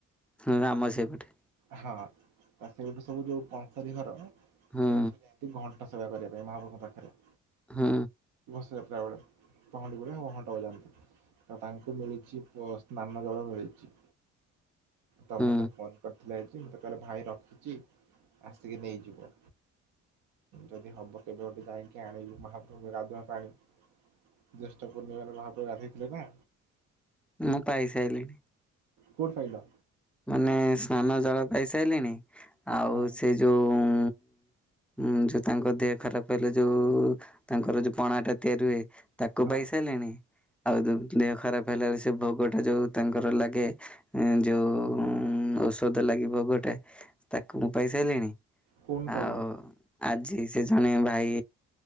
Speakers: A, in the centre; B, on the right.
A: ହୁଁ ଆମ ସେଇପଟେ।
B: ହଁ ସେଠୁ ସବୁ ଯୋଉ ପାଞ୍ଚ ଦିନର ସେମାନେ
A: ହୁଁ
B: ସବୁ ଯାଆନ୍ତି ଘଣ୍ଟ ସେବା ସେବା କରିବା ପାଇଁ ମହାପ୍ରଭୁଙ୍କ ପାଖରେ।
A: ହୁଁ।
B: ରଥଯାତ୍ରା ବେଳେ ପହଣ୍ଡି ଉପରେ ଘଣ୍ଟ ବଜାନ୍ତି। ତ ତାଙ୍କୁ ମିଳିଛି ପ୍ ସ୍ନାନ ଜଳ ମିଳିଛି। ତମେ
A: ହୁଁ
B: ତ କଲ୍ ଥିଲା ଆଜି ମୋତେ କହିଲେ ଭାଇ ରଖିଛି ଆସିକି ନେଇଯିବ। ଯଦି ହବ କେବେ ଗୋଟେ ଯାଇକି ଆଣିବୁ ମହାପ୍ରଭୁ ଙ୍କ ଗାଧୁଆ ପାଣି। ଜ୍ୟେଷ୍ଠ ପୂର୍ଣ୍ଣିମାରେ ମହାପ୍ରଭୁ ଗଧୋଇଥିଲେ ନା?
A: ମୁଁ ପାଇସାଇଲିଣି।
B: କୋଉଠି ପାଇଲ?
A: ମାନେ ସ୍ନାନ ଜଳ ପାଇ ସାଇଲିଣି। ଆଉ
B: ହଁ
A: ସେ ଯୋଉ ଉଁ ଉଁ ଯୋଉ ତାଙ୍କ ଦେହ ଖରାପ ହେଲେ ଯୋଉ ତାଙ୍କର ଯୋଉ ପଣା ଟା ତିଆରି ହୁଏ ତାକୁ
B: ହଁ
A: ପାଇସାଇଲିଣି। ଆଉ ଯୋଉ ଦେହ ଖରାପ ହେଲାବେଳକୁ ସେ ଭୋଗ ଟା ଯୋଉ ତାଙ୍କର ଲାଗେ ଯୋଉ ଉଁ ଔଷଧ ଲାଗି ଭୋଗଟେ ତାକୁ ମୁଁ ପାଇସାଇଲିଣି
B: କୋଉଠୁ ପାଇଲ?
A: ଆଉ ଆଜି ସେ ଜଣେ ଭାଇ